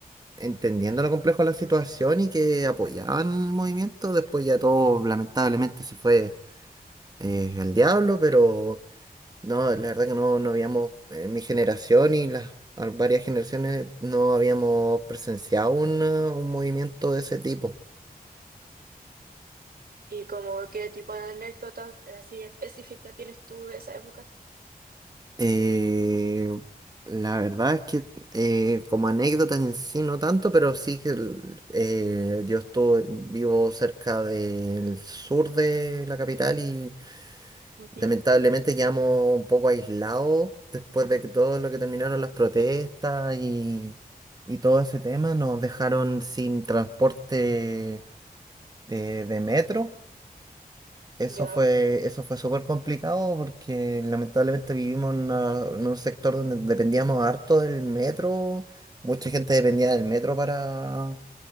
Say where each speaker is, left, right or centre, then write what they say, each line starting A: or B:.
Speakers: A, on the right; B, on the right.
A: entendiendo lo complejo de la situación y que apoyaban
B: ujú.
A: el movimiento. Después ya todo lamentablemente se fue eh, al diablo, pero no, la verdad que no, no habíamos, en mi generación y las varias generaciones no habíamos presenciado una- un movimiento de ese tipo.
B: Y como qué tipo de anécdotas así específicas tienes tú de esa época.
A: Eh, la verdad es que eh, como anécdota en sí no tanto, pero sí que el- eh, yo estoy, vivo cerca del sur de la capital y
B: Ujú,
A: lamentablemente quedamos un poco aislados después de que todo lo que terminaron las protestas y, y todo ese tema nos dejaron sin transporte eh, de metro. Eso
B: Ya.
A: fue, eso fue súper complicado porque lamentablemente vivimos en, una- en un sector donde dependíamos harto del metro, mucha gente dependía del metro para,